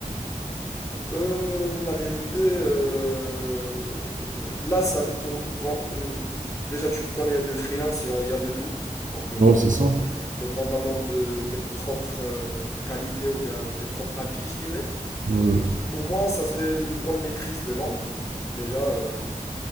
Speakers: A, on the left; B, on the right.
A: Euh, la vérité, euh, là, ça, pour, bon, je- déjà, tu connais le freelance, il y a, il y a de tout. Donc, euh,
B: Ouais, c'est ça.
A: c'est dépendamment de tes propres euh, qualités ou bien tes propres acquis, je dirais.
B: Ouais,
A: Pour moi, ça serait une bonne maîtrise de langue. Déjà, euh,